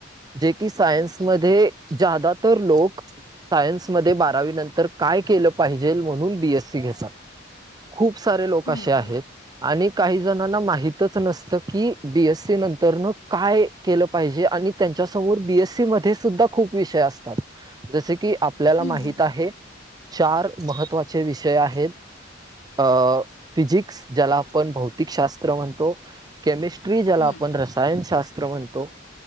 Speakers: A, on the right; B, on the left.
A: जे की सायन्स मध्ये जादा तर सायन्स मध्ये बारावीं नंतर काय केलं पाहिजेल म्हणून बीएससी घेतात. खूप सारे लोक
B: हम्म
A: अशे आहेत आणि काही जणांना माहितच नसतं की, बीएस सी नंतरनं काय केलं पाहिजे आणि त्यांच्यासमोर बीएससी मध्ये सुद्धा खूप विषय असतात. जसे की आपल्याला
B: हम्म
A: माहित आहे, चार महत्त्वाचे विषय आहेत. अ फिजिक्स ज्याला आपण भौतिकशास्त्र म्हणतो. केमिस्ट्री ज्याला
B: हम्म
A: आपण रसायनशास्त्र म्हण तो.